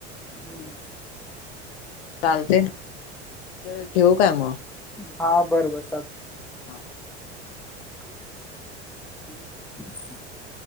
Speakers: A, in the centre; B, on the left (about 65°).
A: हम्म.
B: चालतेय. र ठेऊ काय म.
A: हा. बरबर चालतय.
B: हां.
A: <unintelligible>